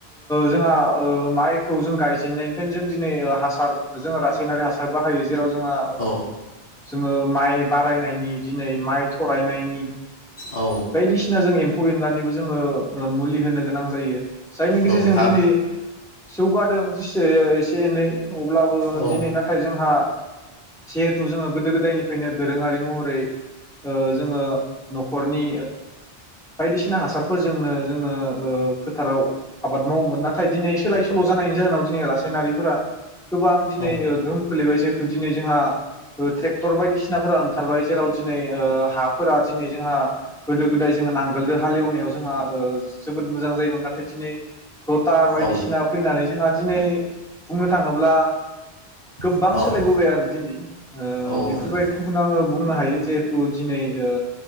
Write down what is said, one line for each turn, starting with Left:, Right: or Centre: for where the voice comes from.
Centre: जोंहा माइ। जों गायजेनायनिफ्रायनो जों दिनै हासार जोंङो रासायनारि हासार बाहायो जेराव जोंहा
Left: औ
Centre: जोङो माइ बारायनायनि दिनै माइ थरायनायनि।
Left: औ
Centre: बायदिसिना जों। एमफौ एनलानिबो जोङो मुलि होनो गोनां जायो। जायनि गेजेरजों
Left: औ हा
Centre: दिनै। जौगादों जेनेबा एसे एनै। अब्लाबो
Left: औ
Centre: दिनै नाथाय जोंहा। जिहेथु जोङो गोदो गोदायनिफ्रायनो दोरोङारि महरै ओ जोङो नख'रनि बायदिसिना हासारफोरजोंनो जोङो ओ फोथाराव आबाद मावोमोन नाथाय दिनै सोलाय सोल' जानायनि जाहोनाव दिनै रासायनारिफोरा गोबां दिनै
Left: औ
Centre: गोहोम खोलैबाय जेथु दिनै जोंहा ट्रेकटर बायदिसिनाफोरा ओंखारबाय जेराव दिनै ओ हाफोरा दिनै जोंहा गोदो गोदाय जोङो नांगोलजों हालेवनायाव जोंहा ओ जोबोद मोजां जायोमोन नाथाय दिनै लथार बायदिसि
Left: औ
Centre: एवनानै जोंहा दिनै बुंनो थाङोब्ला गोबां
Left: औ
Centre: सोलायबोबाय आरो दिनै। ओ
Left: औ
Centre: बेफोरबायदिखौनो आंङो बुंनो हायो जिहेथु दिनै ओ